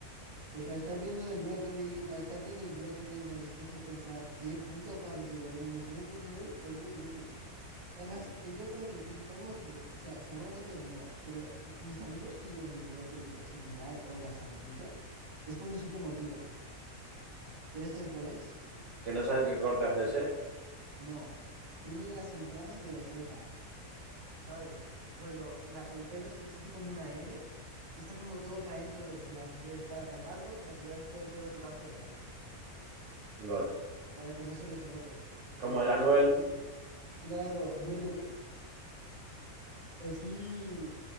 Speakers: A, on the right; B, on the right.
A: Eh, para estar viendo el brócoli, para estar viendo el brócoli en el espejo y pensar, qué puto parguelón, imagínate tener el jodido brócoli. Además, que yo creo que el principal motivo, o sea, seguramente no, pero mis amigos que llevan el brócoli o similar o la sombrilla, es por un simple motivo. ¿Quieres saber cuál es?
B: Que no saben qué corte hacerse.
A: No. Tienen las entradas de Vegeta. ¿sabes? Rollo, la- el pelo se les hace como una M y está como todo para dentro de los lados. Entonces, para taparlo, como que llevan todo el pelo tirado hacia adelante,
B: God.
A: para que no se les note.
B: Como
A: Pero,
B: el Anuel,
A: eh, claro, brr, así,